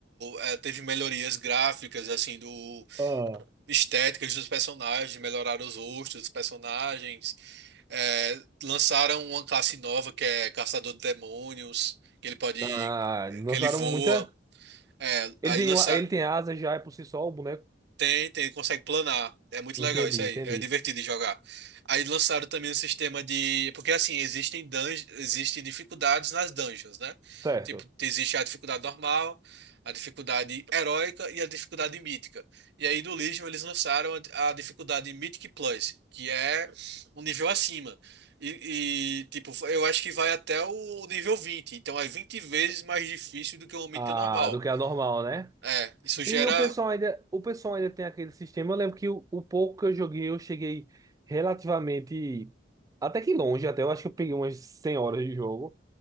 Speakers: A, on the right; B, on the right.
A: é, teve melhorias gráficas, assim, do
B: Ah.
A: estéticas dos personagens, melhoraram os rostos dos personagens, é, lançaram uma classe nova que é Caçador de Demônios, que ele pode,
B: Ah, lançaram
A: que ele voa.
B: muita.
A: É,
B: Ele
A: aí
B: tem,
A: lança,
B: uma- ele tem asas já é por si só o boneco.
A: tem, tem, consegue planar. É muito
B: Entendi,
A: legal isso aí.
B: entendi.
A: É divertido de jogar. Aí lançaram também um sistema de. Porque assim, existem dunge... existem dificuldades nas dungeons, né?
B: Certo.
A: Tipo, existe a dificuldade normal, a dificuldade heróica e a dificuldade mítica. E aí no Legion eles lançaram a, a dificuldade Mythic Plus, que é um nível acima. E, e, tipo, eu acho que vai até o nível vinte, Então é 20 vezes mais difícil do que uma mítica
B: Ah,
A: normal.
B: do que a normal, né?
A: É, isso gera
B: E o pessoal ainda, o pessoal ainda tem aquele sistema. Eu lembro que o, o pouco que eu joguei, eu cheguei relativamente até que longe, até eu acho que eu peguei umas 100 horas de jogo.